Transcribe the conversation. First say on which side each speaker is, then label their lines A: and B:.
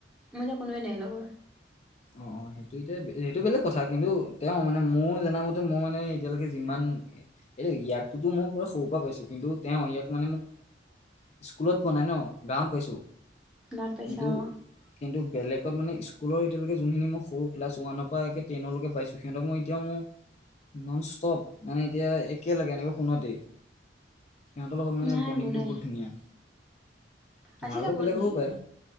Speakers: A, in the centre; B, on the left.
A: মই এতিয়া কোনোৱে নাই লগৰ।
B: অ অ সেই ত এতিয়া সেইটো বেলেগ কথা কিন্তু তেওঁ মানে মোৰ জনা মতে মই মানে এতিয়ালৈকে যিমান। এতিয়া ইয়াকতো মই পুৰা সৰুৰ পৰা পাইছো কিন্তু তেওঁ ইয়াক মানে মোক স্কুলত পোৱা নাই ন গাঁৱত পাইছো
A: গাত পাইছা
B: কিন্তু,
A: অ
B: কিন্তু বেলেগত মানে স্কুলৰ এতিয়ালকে যোনখিন মই সৰু ক্লাছ ওৱানৰ পৰা একে টেনৰকে পাইছো সিহঁতক মই এয়া মই নন ষ্টপ মানে এতিয়া একে লগে এনেকে ফোনতে। সিহঁতৰ লগত মানে
A: নাই
B: বণ্ডিংটো
A: মোৰ নাই
B: বহুত ধুনীয়া। তোমাৰ
A: আছিলে
B: লগত
A: বণ্ডিং
B: বেলেগ হ'ব পাৰে